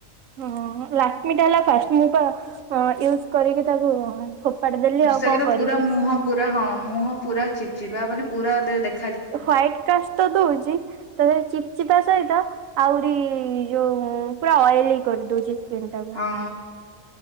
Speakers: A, on the right; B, on the left.
A: ହଁ ଲାକ୍ଷ୍ମୀଟା ହେଲା ଫାଷ୍ଟ ମୁଁ ତ ୟୁଜ୍ କରିକି ତାକୁ ଫୋ ଫୋପାଡ଼ି ଦେଲି ଆଉ
B: ସେଗୁରା
A: କଣ କରିବି?
B: ପୁରା ମୁହଁ ପୁରା ହଁ ମୁହଁ ପୁରା ଚିପ୍ ଚିପା ମାନେ ପୁରା ଦେ ଦେଖ୍
A: ‍ହ୍ଵାଇଟ୍ କାଷ୍ଟ ତ ଦଉଚି ତା <unintelligible> ଚିପ୍ ଚିପା ସହିତ ଆହୁରି ଯୋଉ ପୁରା ଅଏଲିକ କରିଦଉଚି ସ୍କିନ୍ ଟା।
B: ହଁ